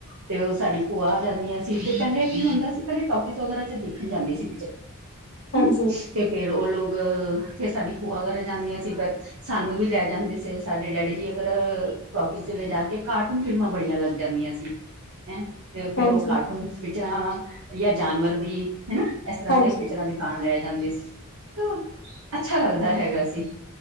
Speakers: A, on the right (about 65°); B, on the left (about 50°).
A: ਤੇ ਓ ਸਾਡੀ ਭੂਆ ਆ ਜਾਂਦੀਆਂ ਸੀ ਤੇ ਪੈਲੇ ਕੀ ਹੁੰਦਾ ਸੀ ਪੈਲੇ ਟੋਫਿਸ ਵਗੈਰਾ ਚ ਦੇਖਣ ਜਾਂਦੇ ਸੀ। ਹੂੰ
B: ਹਾਂਜੀ,
A: ਤੇ ਫੇਰ ਓ ਲੋਕ, ਫਿਰ ਸਾਡੀ ਭੂਆ ਕਰ ਜਾਂਦੀਆਂ ਸੀ ਫੇਰ ਸਾਨੂੰ ਵੀ ਲੈ ਜਾਂਦੇ ਸੀ ਸਾਡੇ ਡੈਡੀ ਜੀ, ਅਗਰ ਟਾਕੀਜ਼ ਚ ਲੈਜਾ ਕੇ ਕਾਰਟੂਨ ਫਿਲਮਾਂ ਬੜੀਆਂ ਲੱਗਦੀਆਂ। ਜਾਂਦੀਆਂ ਸੀ ਹੈਂ। ਤੇ ਫੇਰ
B: ਹਾਂਜੀ,
A: ਉਹ ਕਾਰਟੂਨ ਪਿਕਚਰਾ ਯਾ ਜਾਨਵਰ ਦੀ ਹਨਾ ਇਸ ਤਰ੍ਹਾਂ
B: ਹਾਂਜੀ।
A: ਦੇ ਪਿਕਚਰਾਂ ਦੇ ਨਾਲ ਲੈ ਜਾਂਦੇ ਸੀ, ਅੱਛਾ ਲੱਗਦਾ ਹੈਗਾ ਸੀ।